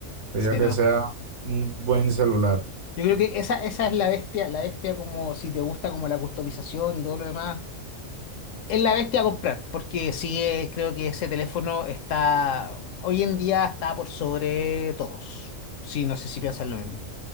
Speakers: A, on the right (about 60°); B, on the left (about 70°).
A: Sería
B: sí,
A: que
B: no.
A: sea un buen celular.
B: Yo creo que esa, esa es la bestia, la bestia como si te gusta como la customización y todo lo demás, es la bestia a comprar, porque sí, eh, creo que ese teléfono está, hoy en día está por sobre todos. Sí, no sé si piensan lo mismo.